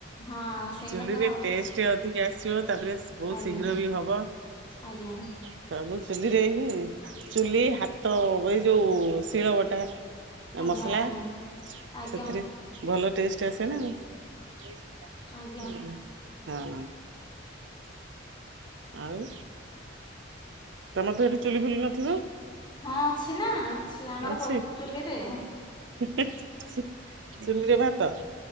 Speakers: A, on the left; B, on the right.
A: ହଁ ସେଇଟା
B: ଚୁଲିରେ
A: ତ ଭଲ
B: ଟେଷ୍ଟ ଅଧିକ ଆସିବ ତାପରେ ବହୁତ୍
A: ଆଜ୍ଞା
B: ଶୀଘ୍ର ବି ହବ।
A: ଆଜ୍ଞା
B: ସବୁ ଚୁଲିରେ ହିଁ, ଚୁଲି ହାତ ଏଇ ଯୋଉ ଶିଳ ବଟା
A: ଆଜ୍ଞା
B: ମସଲା
A: ଆଜ୍ଞା। ଆଜ୍ଞା
B: ସେଥିରେ ଭଲ ଟେଷ୍ଟ ଆସେ ନା <unintelligible>
A: ଆଜ୍ଞା
B: ହଁ। ଆଉ ତମର ତ ଏଠି ଚୁଲି ଫୁଲି ନଥିବ?
A: ହଁ ଅଛି ନା ଅଛି, ଆମର
B: ଅଛି
A: କରୁଛୁ ଚୁଲିରେ।
B: <unintelligible> ଚୁଲିରେ ଭାତ?